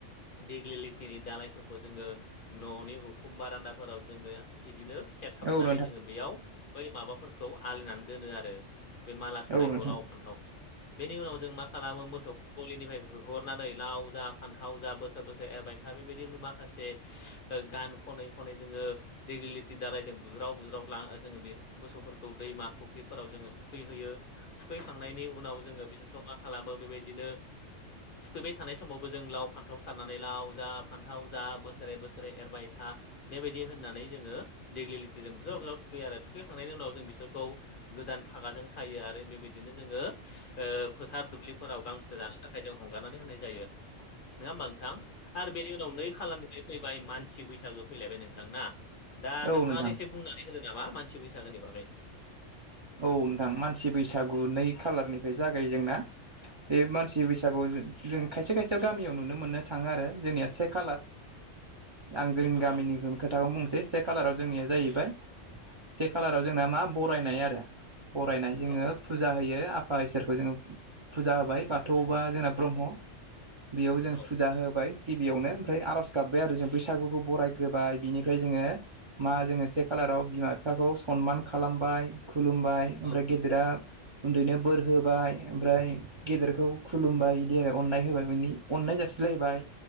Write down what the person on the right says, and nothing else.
औ नोंथां औ नोंथां औ नोंथां
औ
नोंथां औ नोंथां
औ नोंथां
औ नोंथां मानसि बैसागु नै खालारनिफ्राय जागायो जोंना। बे मानसि बैसागु जों खायसे खायसेयाव गामियाव नुनो मोननो थाङो आरो जोंनिया से खालार
आं
जोंनि
गामिनिखौ
खोथाखौनो बुंनोसै से खालाराव
जोंनिया जाहैबाय सेे खालाराव
जोंना मा बरायनाय आरो बरायनाय जोङो
फुजा होयो। बा इसोरखौ जोङो फुजा होबाय बाथौ बा जोंना ब्रह्म। बेयाव जों
फुजा होबाय। गिबियावनो ओमफ्राय आर'ज गाबबाय आरो जों बैसागुखौ बरायग्रोबाय बिनिफ्राय जोङो मा जोङो से खालाराव बिमा बिफाखौ सनमान खालामबाय। खुलुमबाय ओमफ्राय
गेदेरा उन्दैनो बोर होबाय। ओमफ्राय गेदेरखौ
खुलुमबाय बिदि आरो अननाय होबाय बि अननाय जासिलायबाय।